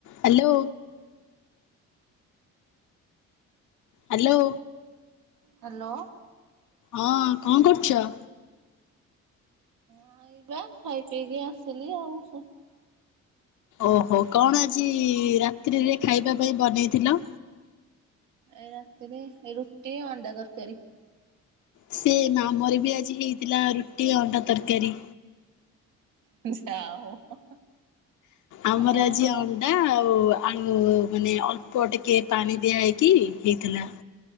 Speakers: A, on the left; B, on the right.
A: Hello. Hello.
B: Hello.
A: ହଁ କଁ କରୁଚ?
B: ନାଇ ବା ଖାଇ ପିଇକି ଆସିଲି ଆଉ ସେ
A: ଓହୋ କଣ ଆଜି ରାତ୍ରିରେ ଖାଇବା ପାଇଁ ବନେଇଥିଲ?
B: ଏ ରାତିରେ ରୁଟି ଅଣ୍ଡା ତରକାରୀ।
A: ସେମ୍ ଆମର ବି ଆଜି ହେଇଥିଲା ରୁଟି ଅଣ୍ଡା ତରକାରୀ।
B: ହୁଁ ଯା ହଉ।
A: ଆମର
B: ହଁ
A: ଆଜି
B: ହଁ।
A: ଅନ୍ ଡା ଆଉ ଆଳୁ ମାନେ ଅଳ୍ପ ଟିକେ ପାଣି ଦିଆ ହେଇକି ହେଇଥିଲା।